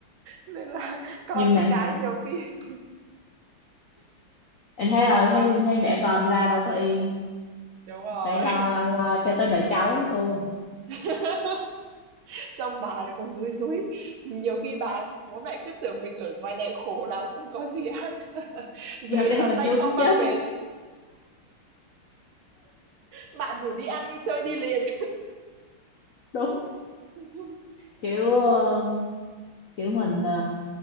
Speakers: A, on the right; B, on the left.
A: nên là con
B: nhưng
A: với
B: mà
A: cái nhiều khi <laughs>
B: em thấy rồi
A: chính ra
B: thế thế để con ra đâu có yên
A: đúng rồi
B: phải lo lo cho tới đời cháu luôn
A: <laughs> xong bà lại còn dúi dúi nhiều khi bà bố mẹ cứ tưởng mình ở ngoài này khổ lắm không có gì ăn <laughs> về
B: nhưng thật ra
A: toàn
B: mình
A: tay
B: vướng
A: không mang
B: chết
A: về bạn rủ đi ăn đi chơi đi liền
B: <laughs> đúng
A: <laughs>
B: kiểu ờ, kiểu mình ờ,